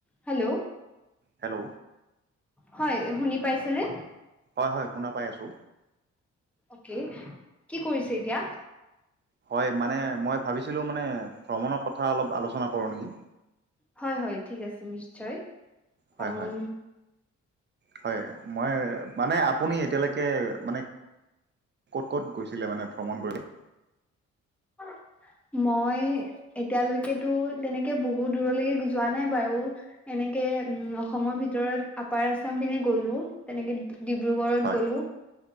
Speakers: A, in the centre; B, on the right.
A: Hello.
B: Hello.
A: হয়, শুনি পাইছেনে?
B: হয়, হয় শুনা পাই আছো।
A: অ'কে কি কৰিছে এতিয়া?
B: হয়, মানে মই ভাবিছিলো মানে ভ্ৰমণৰ কথা অলপ আলোচনা কৰো নেকি।
A: হয়, হয় ঠিক আছে নিশ্চয়।
B: হয়,
A: উম
B: হয়, হয় মই মানে আপুনি এতিয়ালৈকে মানে ক'ত ক'ত গৈছিলে মানে ভ্ৰমণ কৰিলে?
A: <inaudible> মই এতিয়ালৈকেতো তেনেকে বহুত দূৰলৈকে যোৱা নাই বাৰু। এনেকে, উম্, অসমৰ ভিতৰত আপাৰ আছাম পিনে গ'লো। তেনেকে ডিব্ৰুগড়ত
B: হয়
A: গ'লো,